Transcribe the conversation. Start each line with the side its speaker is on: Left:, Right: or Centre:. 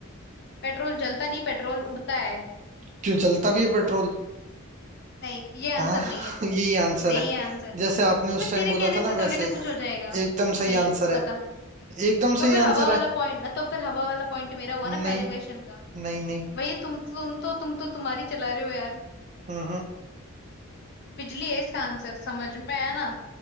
Left: पेट्रोल जलता नहीं पेट्रोल उड़ता है
Right: क्यों जलता भी है पेट्रोल
Left: नहीं ये आंसर
Right: हाँ <laughs>
Left: नहीं है तो
Right: यही आंसर
Left: नहीं
Right: है
Left: है आंसर
Right: जैसे आपने
Left: अबे
Right: उस टाइम
Left: तेरे
Right: बोला
Left: कहने
Right: था ना
Left: से
Right: वैसे
Left: थोड़ी ना कुछ हो जाएगा
Right: एकदम सही
Left: नहीं
Right: आंसर
Left: तू बता
Right: है एकदम
Left: तो
Right: सही
Left: फिर हवा
Right: आंसर
Left: वाला
Right: है
Left: पॉइंट ना तो फिर हवा वाला पॉइंट मेरा हुआ
Right: नहीं
Left: ना पहले क्वेश्चन का
Right: नहीं नहीं
Left: भाई तुम तुम तो तुम तो तुम्हारी चला रहे हो यार
Right: हम्म हम्म।
Left: बिजली है इसका आंसर समझ में आया ना